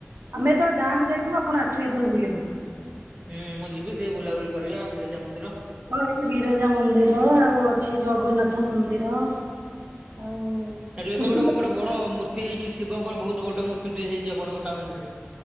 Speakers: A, on the right; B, on the right.
A: ଆମେ ଯେତେବେଳେ ଗାଁ କୁ ଯାଇଥିବୁ ଆପଣ ଆଶିବେ ହେତେ ବେଳକୁ ବୁଲିବାକୁ।
B: ହୁଁ ମୁଁ ଯିବି ଟିକେ ବୁଲାବୁଲି କରିବା ବିରଜା ମନ୍ଦିର।
A: ହଁ ଏଠି ବିରଜା ମନ୍ଦିର ଆଉ ଅଛି ଜଗନ୍ନାଥ ମନ୍ଦିର। ଆଉ
B: ସାର୍ ଏବେ
A: କୁସୁମ
B: ଗୋଟେ କଣ ଗୋଟେ ବଡ ମୂର୍ତ୍ତି ହେଇଛି ଶିବଙ୍କର ବହୁତ ବଡ ମୂର୍ତ୍ତି ଟେ ହେଇଛି ଆପଣଙ୍କ ଟାଉନ ରେ।